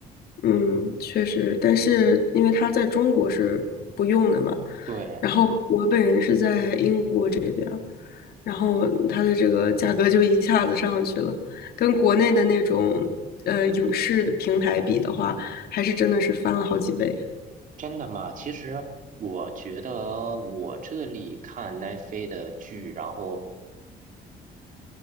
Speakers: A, on the left (about 65°); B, on the right (about 50°).
A: 嗯，确实，但是因为它在中国是不用的嘛，
B: 对，
A: 然后我本人是在英国这边儿，然后它的这个价格就一下子上去了，跟国内的那种呃影视的平台比的话，还是真的是翻了好几倍。
B: 真的吗？其实我觉得我这里看奈飞的剧，然后